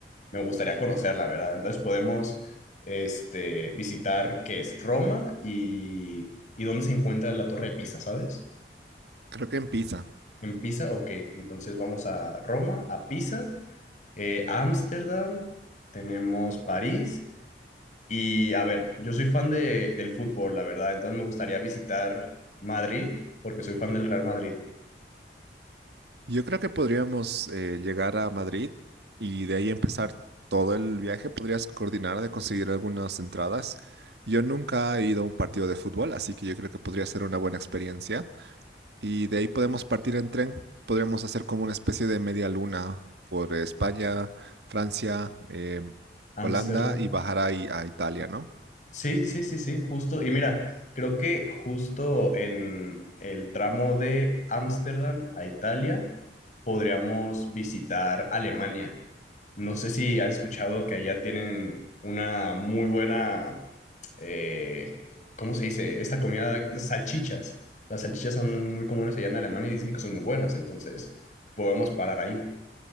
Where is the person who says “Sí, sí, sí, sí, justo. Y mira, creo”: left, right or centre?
Left